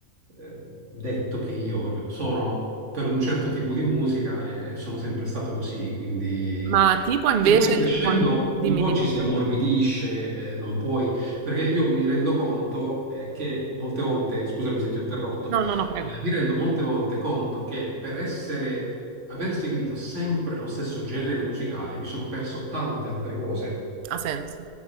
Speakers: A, on the right (about 55°); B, on the right (about 85°).
A: eh, detto che io proprio sono per un certo tipo di musica e sono sempre stato così. Quindi...
B: Ma tipo invece,
A: E poi crescendo
B: con- dimmi,
A: un po'
B: dimmi.
A: ci si ammorbidisce, eh, non puoi, perché io mi rendo conto eh, che molte volte, scusami se ti ho interrotto,
B: No, no, no, prego.
A: allora, mi rendo molte volte conto che per essere, aver seguito sempre lo stesso genere musicale mi sono perso tante altre cose.
B: Ha senso.